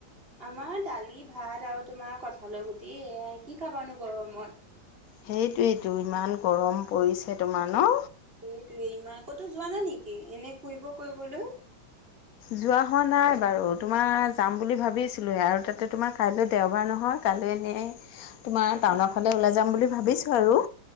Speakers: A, on the right (about 25°); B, on the left (about 70°).
A: আমাৰ দালি ভাত আৰু তোমাৰ কঠালৰ গুটি এয়াই কি খাবানো গৰমত।
B: সেইটোৱেইটো ইমান গৰম পৰিছে তোমাৰ ন।
A: সেইটোয়ে ইমান ক'তো যোৱা নাই নেকি এনে ফুৰিব কৰিবলৈ
B: যোৱা হোৱা নাই বাৰু তোমাৰ যাম বুলি ভাবিছিলো আৰু তাতে তোমাৰ কাইলৈ দেওবাৰ নহয়। কালি এনেই তোমাৰ টাউনৰ ফালে ওলাই যাম বুলি ভাবিছোঁ আৰু।